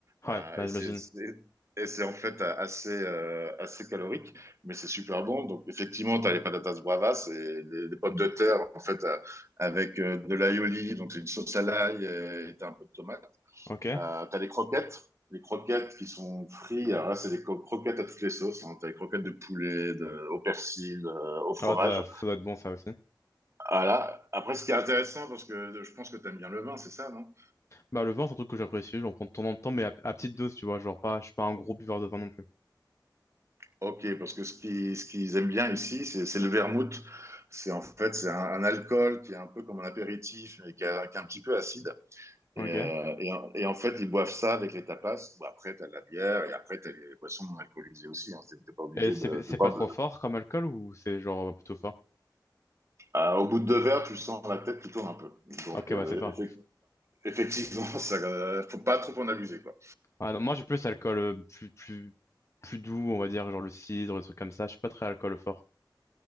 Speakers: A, on the left (about 40°); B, on the right (about 40°).
A: Ouais,
B: euh,
A: bah,
B: et
A: j'imagine.
B: c'est c'est- et c'est en fait assez euh, assez calorique, mais c'est super bon. Donc, effectivement, tu as les patatas bravas, et des, des pommes de terre, en fait, euh, avec euh, de l'aioli, donc c'est une sauce à l'ail, et et t'as un peu de tomate.
A: Ok. Ah,
B: Euh, t'as les croquettes. Les croquettes qui sont frites, alors là, c'est des co- croquettes à toutes les sauces. hein. T'as les croquettes de poulet, de, au persil, euh, au fromage.
A: ouais, ça, ça doit être bon, ça aussi.
B: Voilà. Après, ce qui est intéressant, parce que je pense que tu aimes bien le vin, c'est ça, non?
A: Bah, le vin, c'est un truc que j'apprécie, j'en prends de temps en temps, mais à, à petite dose, tu vois, genre pas... Je suis pas un gros buveur de vin non plus.
B: Ok, parce que ce qu'ils ce qu'ils aiment bien ici, c'est c'est le vermouth. C'est en fait c'est un, un alcool qui est un peu comme un apéritif, mais qui, a- qui est un petit peu acide.
A: Ok.
B: Et, euh, et, en et en fait, ils boivent ça avec les tapas. Bon, après, tu as la bière et après, tu as les boissons non alcoolisées aussi. Hein. T'es t'es pas obligé
A: Et c'est
B: de,
A: c'est
B: de boire.
A: pas trop fort comme alcool ou c'est genre plutôt fort?
B: Euh, au bout de deux verres, tu sens la tête qui tourne un peu. Donc,
A: Ok,
B: euh,
A: ouais, c'est fort.
B: effec- effectivement, <laughs> ça, euh, faut pas trop en abuser, quoi.
A: Ah non, moi j'ai plus alcool euh, plus, plus, plus doux, on va dire, genre le cidre, des trucs comme ça. Je suis pas très alcool fort.